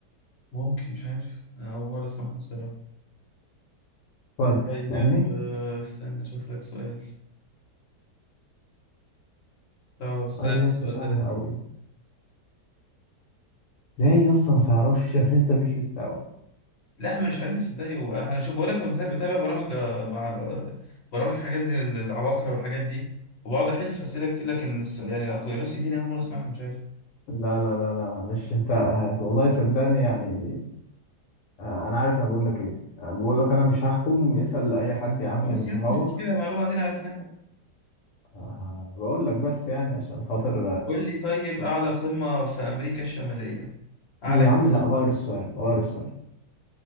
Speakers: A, on the left; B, on the left.
A: ممكن مش عارف أنا اول مره اسمعها بصراحه
B: طيب
A: طيب
B: سألني
A: آه، استنى اشوف لك سؤال طب استنى
B: قال يا اسطى
A: السؤال
B: سهله
A: ده لذيذ
B: قوي ازاي يا اسطى ما تعرفش <laughs> أنا لسه مش مستوعب
A: لا ما مش عارفها صدقني وانا شوف بقول لك بتابع برامج آه، مع ال- برامج حاجات زي ال- العباقرة والحاجات دي وبقعد احل في اسئله كتير لكن الس- يعني اقوينوس دي انا اول مره اسمعها مش عارف
B: لا لا لا لا معلش انت هت- والله صدقني يعني آه، انا عارف انا بقول لك ايه آه، بقول لك انا مش هحكم اسأل اي حد يا عم من
A: خلاص
B: صحابك
A: يا عم مش مشكله معلومه دي عرفناها
B: آه، بقول لك بس يعني عشان خاطر
A: قول لي طيب اعلى قمه في امريكا الشماليه اعلى
B: يا عم
A: جبل
B: لا غير السؤال غير السؤال